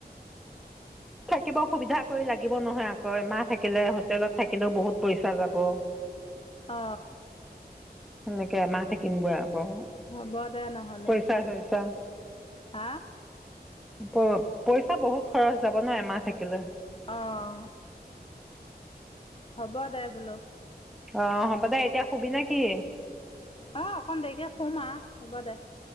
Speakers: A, in the centre; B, on the left.
A: থাকিব সুবিধা কৰি লাগিব নহয় আকৌ এমাহ থাকিলে হোটেলত থাকিলেও বহুত পইচা যাব।
B: অ
A: সেনেকে এমাহ থাকিম ব আকৌ
B: হ'ব দে নহ'লে
A: পইচা চইচা
B: হা
A: পইচা বহুত খৰচ যাব ন এমাহ থাকিলে
B: আহঁ হ'ব দে বোলো
A: অ হ'ব দে এতিয়া সুবি না কি
B: অঁ অকণ দেৰিকৈ শুম আৰু হ'ব দে